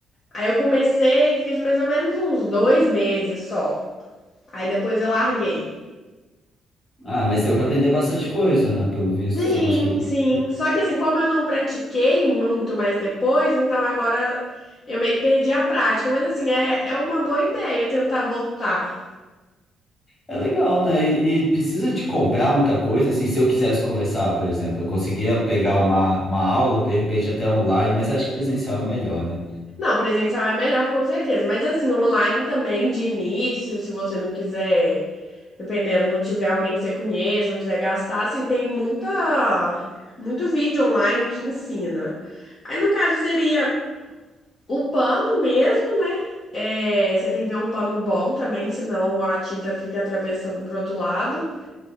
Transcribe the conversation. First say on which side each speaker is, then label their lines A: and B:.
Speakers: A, on the left; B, on the left.
A: Aí eu comecei, fiz mais ou menos uns dois meses só, aí depois eu larguei.
B: Ah, mas deu para aprender bastante coisa, né? Pelo visto,
A: Sim,
B: você conseguiu pintar.
A: sim. Só que assim, como eu não pratiquei muito mais depois, então agora eu meio que perdi a prática. Mas assim, é, é uma boa ideia tentar voltar.
B: É legal, né? E, e precisa de comprar muita coisa. Assim, se eu quisesse conversar, por exemplo, eu conseguia pegar uma, uma aula, de repente até online, mas acho que presencial é melhor, né?
A: Não, presencial é melhor com certeza. Mas assim, online também, de início, se você não quiser, dependendo, não tiver alguém que você conheça, não quiser gastar, assim, tem muita, muito vídeo online que ensina. Aí no caso seria. O pano mesmo, né? É, você tem que ver um pano bom também, senão a tinta fica atravessando pro outro lado.